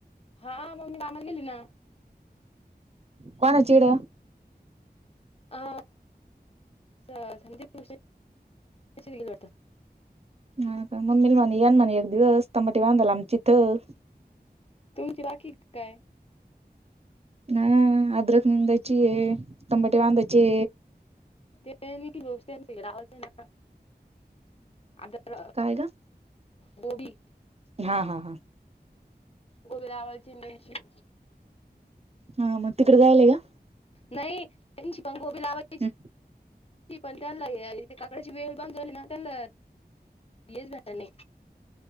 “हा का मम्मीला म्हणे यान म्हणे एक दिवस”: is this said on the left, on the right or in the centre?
Right